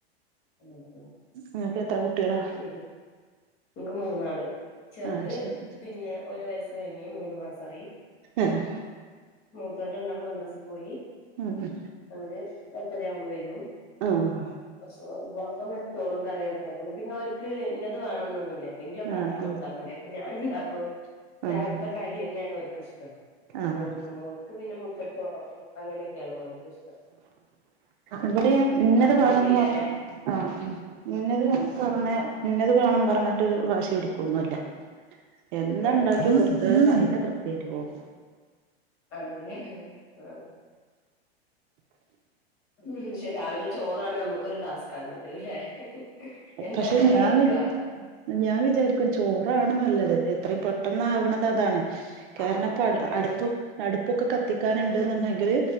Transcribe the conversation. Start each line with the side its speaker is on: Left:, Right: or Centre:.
Left: അങ്ങനെല്ലെ
Right: ഇങ്ങക്ക് എത്ര കുട്ടിയാളാ
Left: <unintelligible> ഇന്ക്ക് മൂന്നാള് ചെർത്
Right: ആഹ് ശരി
Left: പിന്നെ ഒരു വയസ്സ് കഴിഞ്ഞ് മൂന്ന് മാസായി
Right: ആഹ്
Left: മൂത്തോര് രണ്ടാളും മദ്രസ്സ് പോയി
Right: ഉം ഉം
Left: ഓര് എട്ടരയാവുമ്പോ വരും
Right: ആഹ്
Left: അപ്പൊ ഇതുപോലെ തന്നെ ചോറും കറിയൊക്കെ വെക്കണം പിന്നെ ഓർക്ക് ഇന്നത് വേണംന്നൊന്നുംല്ല എത്തെങ്കിലു ഒക്കെ
Right: ആഹ്
Left: ആക്കി കൊട്ത്താ മതി അപ്പൊ ഞാനെന്താക്കും
Right: ആഹ്
Left: രാവില്ത്തെ കടി തന്നെയാണ് ഓര്ക്ക് ഇഷ്ടം
Right: ആഹ് ആഹ്
Left: മോക്ക് മോൻക്ക് പിന്നെ മുട്ട ചോറോ അങ്ങനെയൊക്കെയാണ് മോൻക്ക് ഇഷ്ടം
Right: ഇവിടെയെം.
Left: ഉം
Right: ഇന്നത്
Left: മലപ്പുറം
Right: വേറെന്താ
Left: ജില്ലയാല്ലേ
Right: പറഞ്ഞ് ആ മ്മ് മിന്നത് പൊറമെ..
Left: ഉം
Right: ഇന്നത് വേണം പർഞ്ഞിട്ട് വാശി പിടികൊന്നില്ല എന്താണ്ടാകി
Left: ആഹ് ആഹ്
Right: കൊട് ഹ് അയിന ത്യപ്തിയായിട്ട് പോവും
Left: അങ്ങനെണ് ആഹ് ഉം ഷെ രാവിലെ ചോറാണ് നമ്മുക്കൊരു ടാസ്കാണത് ലെ എന്താക്കറിവെക്ക
Right: പക്ഷെ ഞാൻ വിചാ ഞാൻ വിചാരിക്കും ചോറാണ് നല്ലത് എത്രേം പെട്ടെന്നാവ്ണത് അതാണ് കാരണം
Left: ആഹ്
Right: ഇപ്പ അ
Left: അതാണ്
Right: അടുപ്പ് അടുപ്പൊക്കെ കത്തിക്കാന്ണ്ട് ന്നുണ്ടെങ്കില്